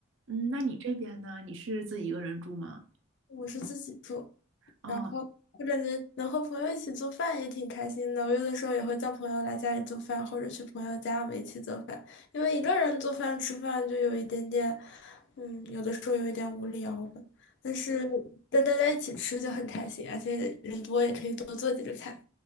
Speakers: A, on the right (about 60°); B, on the left (about 55°).
A: 嗯，那你这边呢？你是自己一个人住吗？
B: 我是自己住，
A: 哦，
B: 然后我感觉能和朋友一起做饭也挺开心的。我有的时候也会叫朋友来家里做饭，或者去朋友家我们一起做饭。因为一个人做饭吃饭就有一点点，嗯，有的时候有一点无聊吧。但是跟大家一起吃就很开心，而且人多也可以多做几个菜。